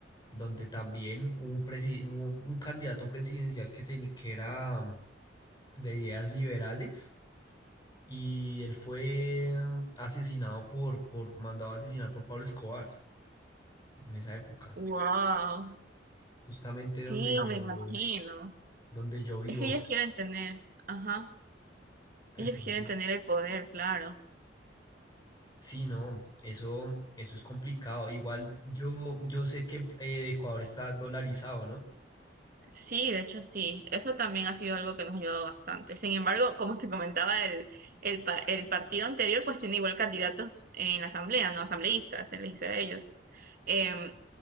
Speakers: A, on the left; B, on the right.
A: donde también hubo un, presi- hubo un candidato presidencial que, teni- que era mm, de ideas liberales. Y él fue mm, asesinado por, por, mandado a asesinar por Pablo Escobar en esa época.
B: Wow,
A: justamente
B: sí,
A: donde yo,
B: me imagino.
A: donde yo vivo.
B: Es que ellos quieren tener, ajá,
A: Entonces,
B: ellos quieren tener el poder, claro.
A: sí, no, eso, eso es complicado. Igual yo, yo sé que eh, Ecuador está dolarizado, ¿no?
B: Sí, de hecho sí, eso también ha sido algo que nos ha ayudado bastante. Sin embargo, como te comentaba, el, el, pa- el partido anterior pues tiene igual candidatos en la asamblea, no asambleístas, se les dice a ellos. Em,